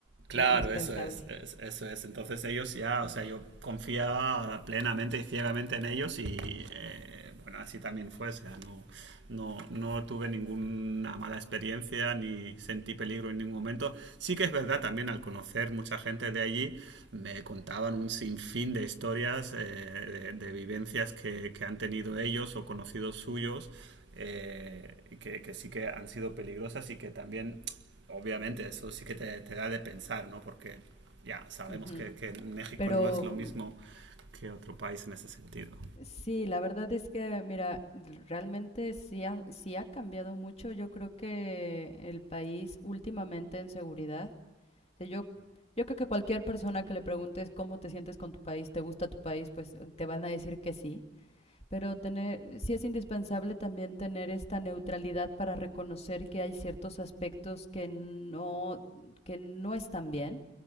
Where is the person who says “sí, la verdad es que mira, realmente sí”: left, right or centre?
Left